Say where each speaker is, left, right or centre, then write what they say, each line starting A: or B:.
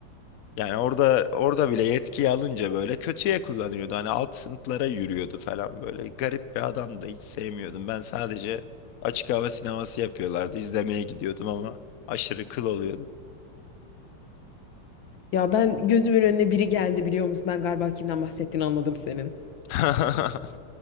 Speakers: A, on the left; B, on the left.
A: Yani orada orada bile yetkiyi alınca böyle kötüye kullanıyordu. Hani alt sınıflara yürüyordu falan böyle. Garip bir adamdı. Hiç sevmiyordum. Ben sadece açık hava sineması yapıyorlardı. İzlemeye gidiyordum ama aşırı kıl oluyordum.
B: Ya ben gözümün önüne biri geldi biliyor musun? Ben galiba kimden bahsettiğini anladım senin.
A: <laughs>